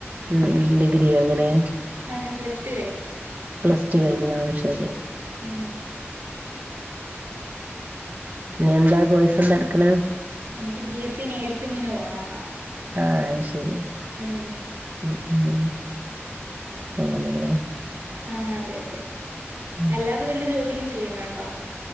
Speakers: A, on the right; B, on the right.
A: മ് മ് ഡിഗ്രിയാ അങ്ങനെ
B: ആഹ് ഞാൻ പ്ലസ് ടു കഴിഞ്ഞു
A: പ്ലസ് ടു കഴിഞ്ഞോ ശരി
B: ഉം
A: ഇനി എന്താ കോഴസെന്താ എടുക്കണെ
B: എനിക്ക് ബി എസ് സി നേഴ്സിങ്ങിന് പോണൊന്ന
A: ആഹ് ശരി
B: ഉം
A: മ് മ് അങ്ങനല്ലേ
B: ആഹ് അതെ അതെ
A: ഉം
B: അല്ലാതെ വല്ല ജോലിയും ചെയ്യുന്നുണ്ടോ